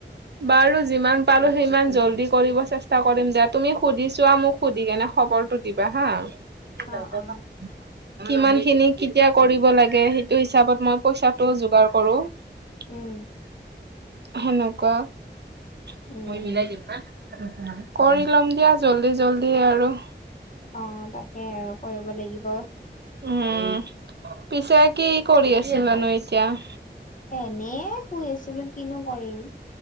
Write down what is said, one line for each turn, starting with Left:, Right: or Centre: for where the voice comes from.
Right: বাৰু যিমান পালো সিমান জল্দি কৰিব চেষ্টা কৰিম দিয়া তুমি সুধিছোৱা মোক। সুধি কেনে খবৰটো দিবা হা <unintelligible> আমাৰ
Left: অ অ
Right: কিমান খিনি কেতিয়া কৰিব লাগে সেইটো হিচাপত মই পইচাটো যোগাৰ কৰো। চুচ ডিফাৰেণ্ট
Left: উম
Right: নাইখে সেনেকুৱা ছিছ
Left: উম
Right: তুমি মিলাই এই দিম না নকঁও আমি, কৰি ল'ম দিয়া জল্দি জল্দি আৰু
Left: অ অ তাকেই আৰু কৰিব লাগিব।
Right: উম উ উ পিছে কি কৰি আছিলানো এতিয়া উম
Left: এনেই শুই আছিলো কিনো কৰিম।